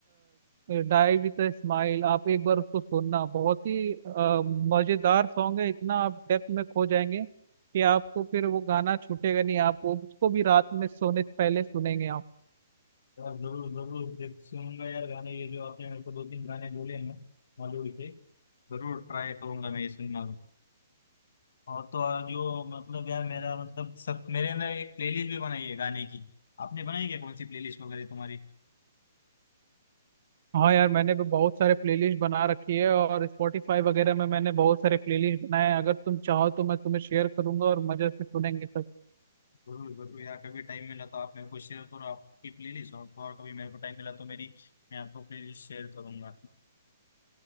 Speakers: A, on the right; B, on the left.
A: डाई विद अ स्माइल आप एक बार उसको सुनना बहुत ही अ, मजेदार सॉन्ग है इतना आप डेप्थ में खो जाएंगे कि आपको फिर वो गाना छूटेगा नहीं आप वो उसको भी रात में सोने से पहले सुनेंगे आप
B: यार जरूर जरूर देख सुनूंगा यार गाने ये जो आपने मेरे को दो तीन गाने बोले हैं ना बॉलीवुड के जरूर ट्राई करूंगा मैं ये सुनना और तो और जो मतलब यार मेरा मतलब सब मेरे अंदर एक प्लेलिस्ट भी बनाई है गाने की आपने बनाई क्या कौन सी प्लेलिस्ट वगैरह तुम्हारी
A: हाँ यार मैंने भी बहुत सारे प्लेलिस्ट बना रखी है और स्पॉटिफाई वगैरह में मैंने बहुत सारे प्लेलिस्ट बनाए हैं अगर तुम चाहो तो मैं तुम्हें शेयर करूंगा और मजे से सुनेंगे सब
B: जरूर जरूर यार कभी टाइम मिला तो आप मेरे को शेयर करो आपकी प्लेलिस्ट और तो और कभी मेरे को टाइम मिला तो मेरी मैं आपको प्लेलिस्ट शेयर करूंगा